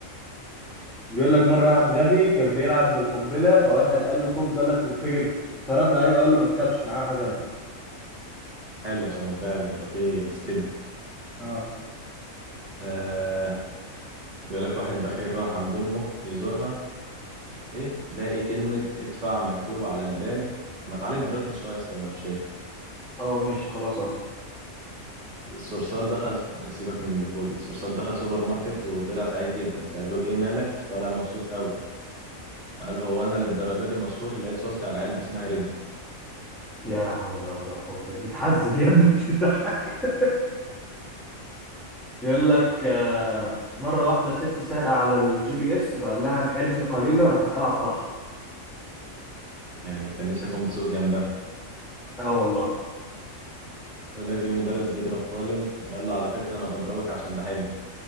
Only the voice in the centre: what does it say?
بيقول لك مرة واحد غبي كان بيلعب بالقنبلة فواحد قال له خد بالك تنفجر فرد عليه وقال له ما تخافش معاه حزن
اه
اه ماشي خلاص اهو
يا حول ولا قوة دي تحزن يا ابني مش تضحك يقول لك آه، مرة واحدة ست سايقة على الجي بي اس فقال لها انحرفي قليلا راحت قلعت الطرحة
اه والله